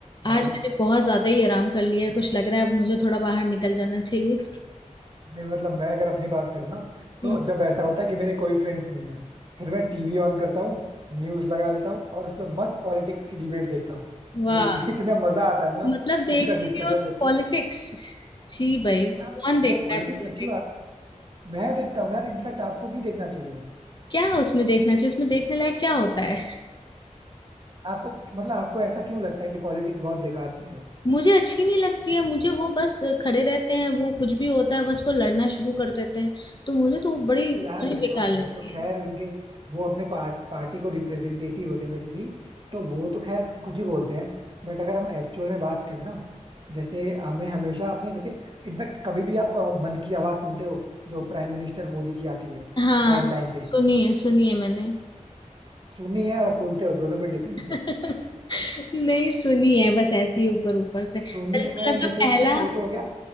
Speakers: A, on the right; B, on the left.
A: हाँ
B: आज मैंने बहुत ज्यादा ही आराम कर लिया है कुछ लग रहा है अब मुझे थोड़ा बाहर निकल जाना चाहिए
A: नहीं मतलब मैं अगर अपनी बात करूँ ना तो
B: हम्म।
A: जब ऐसा होता है कि मेरे कोई फ्रेंड्स नहीं है फिर मैं टीवी ऑन करता हूँ न्यूज लगा लेता हूँ और उस पर मस्त पॉलिटिक्स की डिबेट देखता हूँ
B: वाह
A: लिटरली <laughs> इतना मजा आता है ना
B: मतलब देखते
A: उनका डिस्कशन
B: भी हो तो
A: देख
B: पॉलिटिक्स
A: के
B: छी भाई
A: हाँ
B: कौन देखता
A: यार पॉलिटिक्स
B: है पॉलिटिक्स
A: अच्छी बात मैं देखता हूँ यार इनफैक्ट आपको भी देखना चाहिए
B: क्या उसमें देखना चाहिए उसमें देखने लायक क्या होता है
A: आपको मतलब आपको ऐसा क्यों लगता है कि पॉलिटिक्स बहुत बेकार चीज हो
B: मुझे अच्छी नहीं लगती है मुझे वो बस खड़े रहते हैं वो कुछ भी होता है बस वो लड़ना शुरू कर देते हैं तो मुझे तो वो बड़ी
A: यार
B: बड़ी
A: देखो
B: बेकार
A: वो
B: लगती
A: तो
B: है
A: खैर उनके वो अपने पार्ट पार्टी को रिप्रेजेंटेटिव होते हैं बेसिकली तो वो तो खैर कुछ ही बोलते हैं बट अगर हम एक्चुअल में बात करें ना जैसे हमें हमेशा आपने जैसे इनफैक्ट कभी भी आप अ, मन की आवाज सुनते हो जो प्राइम मिनिस्टर मोदी की आती है
B: हाँ
A: टाइम टाइम पे
B: सुनी है सुनी है मैंने
A: सुननी है और सुनते हो दोनों में डिफरेंस है
B: <laughs> नहीं सुनी है बस ऐसे ही ऊपर ऊपर से मतलब
A: सुननी है इन
B: जब
A: द
B: पहला
A: सेंस क्योंकि वो तो हो गया